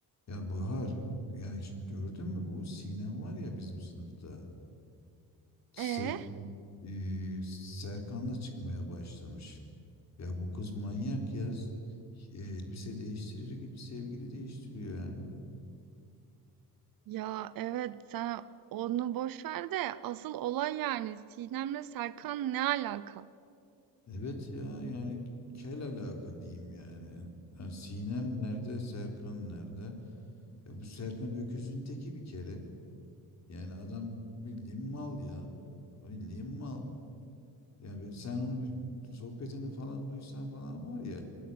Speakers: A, on the left; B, on the right.
A: Ya Bahar, ya hiç gördün mü bu Sinem var ya bizim sınıfta. Se
B: E
A: e, Serkan'la çıkmaya başlamış. Ya bu kız manyak ya. E, elbise değiştirir gibi sevgili değiştiriyor ya.
B: ya evet sen onu boş ver de asıl olay yani Sinem'le Serkan ne alaka?
A: Evet ya yani kel alaka diyeyim yani. Ha, Sinem nerede, Serkan nerede? Ya bu Serkan öküzün teki bir kere. Yani adam bildiğin mal ya. Bildiğin mal. Ya be- sen onu bir sohbetini falan duysan falan var ya.